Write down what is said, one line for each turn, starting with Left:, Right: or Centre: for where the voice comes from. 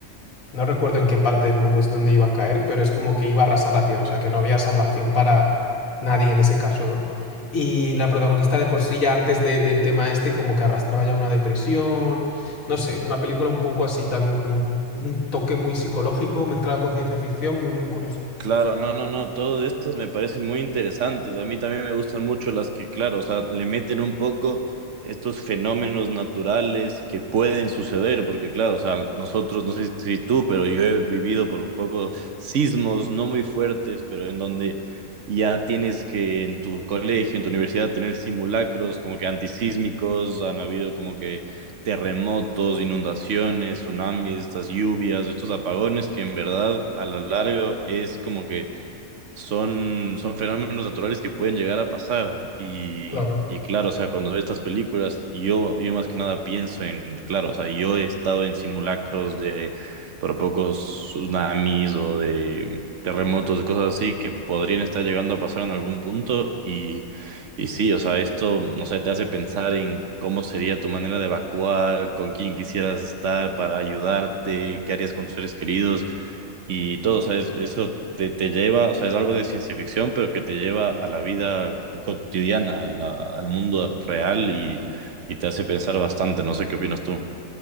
Left: No recuerdo en qué parte del mundo es donde iba a caer, pero es como que iba a arrasar la tierra, o sea, que no había salvación para nadie en ese caso, ¿no? Y la protagonista de por sí ya antes de- del tema este como que arrastraba ya una depresión, no sé, una película un poco así también como un, un toque muy psicológico mezclado con ciencia ficción, muy, muy curiosa.
Right: Claro, no, no, no, todos estos me parecen muy interesantes. A mí también me gustan mucho las que, claro, o sea, le meten un poco estos fenómenos naturales que pueden suceder, porque claro, o sea, nosotros, no sé si tú, pero yo he vivido por poco sismos no muy fuertes, pero en donde ya tienes que en tu colegio, en tu universidad, tener simulacros como que antisísmicos, han habido como que terremotos, inundaciones, tsunamis, estas lluvias, estos apagones que en verdad a lo largo es como que son, son fenómenos naturales que pueden llegar a pasar. Y,
Left: Claro.
Right: y claro, o sea, cuando veo estas películas, yo, yo más que nada pienso en, claro, o sea, yo he estado en simulacros de por pocos tsunamis o de terremotos, de cosas así que podrían estar llegando a pasar en algún punto. Y, y sí, o sea, esto, no sé, te hace pensar en cómo sería tu manera de evacuar, con quién quisieras estar para ayudarte, qué harías con tus seres queridos. Y todo, o sea, es- eso te, te lleva, o sea, es algo de ciencia ficción, pero que te lleva a la vida cotidiana, a la- al mundo real y, y te hace pensar bastante. No sé qué opinas tú.